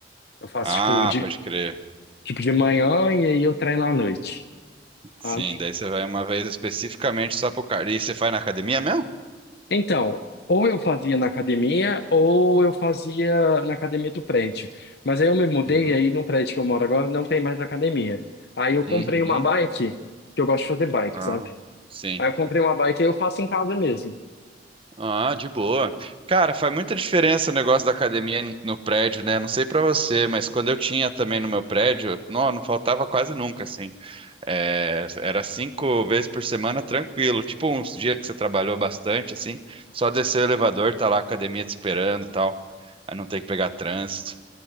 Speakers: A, on the left; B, on the right.
A: Eu faço
B: Ah,
A: tipo de
B: pode crer.
A: tipo de manhã e aí eu treino à noite,
B: Sim,
A: sabe?
B: daí você vai uma vez especificamente só pro cardio. E você faz na academia mesmo?
A: Então, ou eu fazia na academia ou eu fazia na academia do prédio. Mas aí eu me mudei
B: Uhum.
A: e aí no prédio que eu moro agora não tem mais academia. Aí eu comprei
B: Uhum.
A: uma bike, que eu gosto de fazer bike,
B: Ah,
A: sabe?
B: sim.
A: Aí eu comprei uma bike e eu faço em casa mesmo.
B: Ah, de boa. Cara, faz muita diferença o negócio da academia n- no prédio, né? Não sei pra você, mas quando eu tinha também no meu prédio, não, não faltava quase nunca, assim. É, era cinco vezes por semana tranquilo. Tipo, uns dias que você trabalhou bastante, assim, só descer o elevador, tá lá a academia te esperando e tal. Aí não tem que pegar trânsito.